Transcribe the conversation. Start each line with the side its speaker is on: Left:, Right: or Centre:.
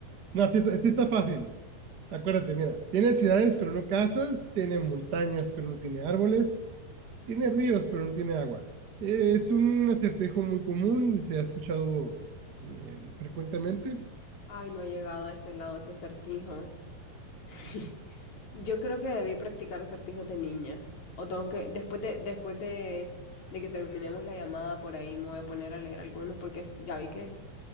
Right: No, sí, está sí está fácil. Acuérdate, mira, tiene ciudades, pero no casas. Tiene montañas, pero no tiene árboles. Tiene ríos, pero no tiene agua. Eh, es un acertijo muy común y se ha escuchado eh, frecuentemente.
Left: <laughs> Ay, no he llegado a este lado ese acertijo. <laughs> Yo creo que debí practicar acertijos de niña. O tengo que, después de, después de, de que terminemos la llamada por ahí, me voy a poner a leer algunos porque es- ya vi que,